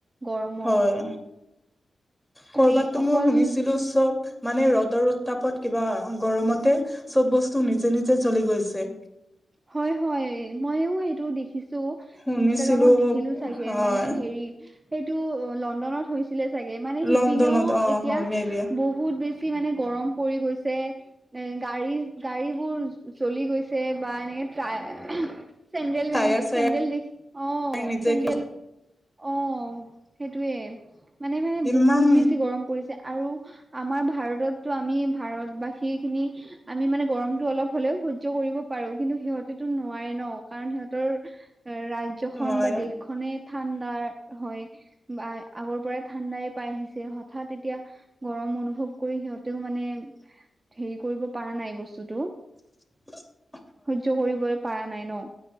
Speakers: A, on the right; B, in the centre.
A: গৰম।
B: হয় কৰবাতটো
A: মানে অকল
B: মই শুনিছিলো চব মানে ৰ'দৰ উত্তাপত কিবা গৰমতে চব বস্তু নিজে নিজে জ্বলি গৈছে
A: হয় হয় মইও সেইটো দেখিছো
B: শুনিছিলো
A: ইনষ্টাগ্ৰামত দেখিলো চাগে
B: হয়
A: মানে হেৰি সেইটো লণ্ডনত হৈছিলে চাগে মানে শিপিনেও
B: লণ্ডনত অ
A: এতিয়া
B: হয়
A: বহুত
B: মে বি
A: বহুত বেছি মানে গৰম পৰি গৈছে এ গাড়ী গাড়ী বোৰ জ জ্বলি গৈছে বা এনেকে তাই চেণ্ডেল
B: টায়াৰ
A: বেণ্ড
B: চায়াৰ
A: চেণ্ডেল দে অ
B: নিজে
A: চেণ্ডেল অ সেইটোয়ে মানে মানে
B: কিমান
A: বহুত বেছি গৰম পৰিছে আৰু আমাৰ ভাৰততটো আমি ভাৰতবাসী খিনি আমি মানে গৰমতটো অলপ হ'লেও সহ্য কৰিব পাৰো কিন্তু সিহতেতো নোৱাৰে ন কাৰণ সিহঁতৰ ৰাজ্যখন
B: নোৱাৰে
A: বা দেশ খনে ঠাণ্ডাৰ হয় বা আগৰ পৰাই ঠাণ্ডাই পাই আহিছে হঠাৎ এতিয়া গৰম অনুভৱ কৰি সিহঁতেও মানে হেৰি কৰিব পাৰা নাই বস্তুটো
B: <unintelligible>
A: সহ্য কৰিবই পাৰা নাই ন।